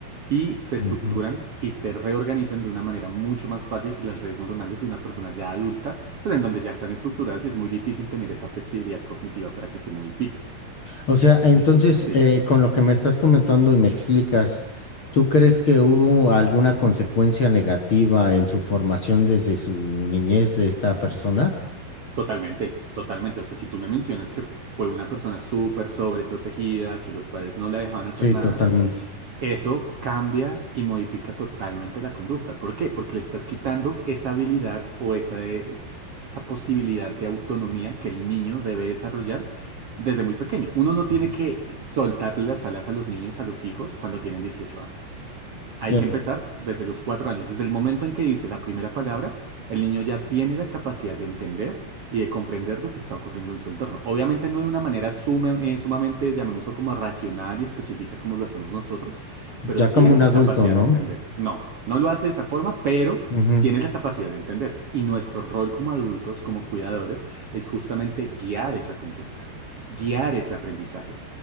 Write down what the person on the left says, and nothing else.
ujú.
O sea, entonces,
eh, con lo que me estás comentando y me explicas, ¿tú crees que hubo alguna consecuencia negativa en su formación desde su niñez de esta persona?
Sí,
totalmente.
Ujú.
Ya
ya
como un
adulto,
¿no?
Ujú,